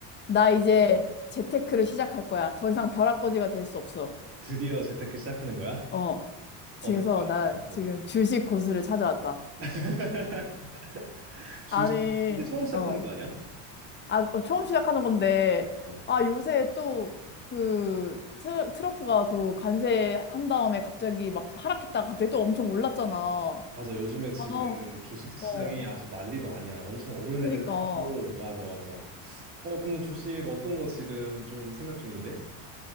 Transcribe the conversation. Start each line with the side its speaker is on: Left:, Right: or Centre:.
Left: 나 이제 재테크를 시작할 거야. 더 이상 벼락거지가 될 수 없어.
Right: 드디어 재테크 시작하는 거야?
Left: 어.
Right: 어떤
Left: 그래서
Right: 거 하려고?
Left: 나 지금
Right: 어.
Left: 주식 고수를 찾아왔다.
Right: <laughs> 주식
Left: 아니,
Right: 이제 처음 시작하는
Left: 어.
Right: 거 아니야?
Left: 아, 어, 처음 시작하는 건데,
Right: 어.
Left: 아, 요새 또, 그, 트, 트럼프가 그 관세 한 다음에 갑자기 막 하락했다가 갑자기 또 엄청 올랐잖아.
Right: 맞아. 요즘에 지금
Left: 아,
Right: 주식 시장이
Left: 어.
Right: 아주 난리도 아니야. 엄청 오르내리락하고
Left: 그니까.
Right: 맞아, 맞아. 어, 그러면 주식 어떤 거 지금 좀 생각 중인데?